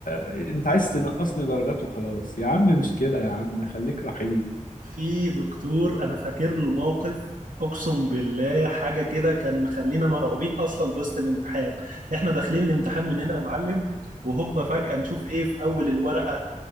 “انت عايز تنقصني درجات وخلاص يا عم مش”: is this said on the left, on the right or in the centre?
Left